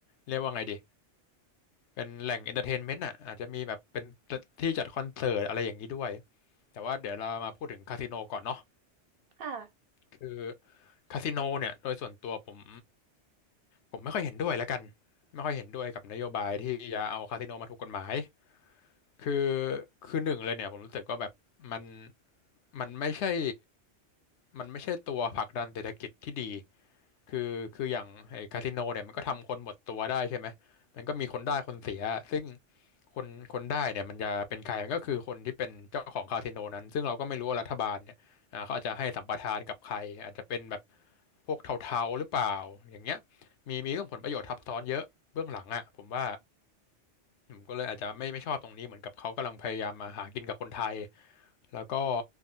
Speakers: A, on the left (about 70°); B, on the right (about 60°).
A: เรียกว่าไงดีเป็นแหล่ง Entertainment อ่ะอาจจะมีแบบเป็นที่จัดคอนเสิร์ตอะไรอย่างนี้ด้วย แต่ว่าเดี๋ยวเรามาพูดถึงคาสิโนก่อนเนาะ
B: ค่ะ
A: คือคาสิโนเนี่ยโดยส่วนตัวผม ผมไม่ค่อยเห็นด้วยแล้วกันไม่ค่อยเห็นด้วยกับนโยบายที่จะเอาคาสิโนมาถูกกฎหมาย คือคือหนึ่งเลยเนี่ยผมรู้สึกว่าแบบมันมันไม่ใช่มันไม่ใช่ตัวผลักดันเศรษฐกิจที่ดีคือคืออย่างไอ้คาสิโนเนี่ยมันก็ทำคนหมดตัวได้ใช่ไหมมันก็มีคนได้คนเสียซึ่งคนคนได้เนี่ยมันจะเป็นใครมันก็คือคนที่เป็นเจ้าของคาสิโนนั้นซึ่งเราก็ไม่รู้ว่ารัฐบาลเนี่ยอ่าเขาอาจจะให้สัมปทานกับใครอาจจะเป็นแบบพวกเทาๆหรือเปล่าอย่างเงี้ยมีมีเรื่องผลประโยชน์ทับซ้อนเยอะเบื้องหลังอ่ะผมว่า ผมก็เลยอาจจะไม่ไม่ชอบตรงนี้เหมือนกับเขากำลังพยายามมาหากินกับคนไทยแล้วก็